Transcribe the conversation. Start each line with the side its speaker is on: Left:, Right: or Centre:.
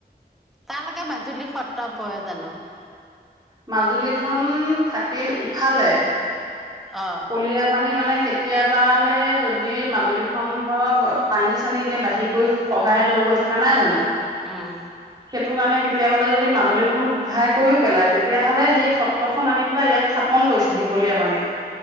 Centre: তালৈকে মাজুলী সত্ৰ পৰে জানো?
Right: মাজুলীখন থাকিল ইফালে
Centre: অ
Right: কলিয়াপানী মানে কেত কেতিয়াবালৈ যদি মাজুলীখন ধৰক পানী-চানী এতিয়া বাঢ়ি কৈ খহাই লৈ গৈ থাকা নাই জানো?
Centre: উম
Right: সেইটো কাৰণে কেত কেতিয়াবালে যদি মাজুলীখন সহাই কৰিও পেলাই তেতিয়াহ'লে সেই সত্ৰখন আনি পেলাই ইয়াত থাপন কৰিছে সি কলীয়াপানীত।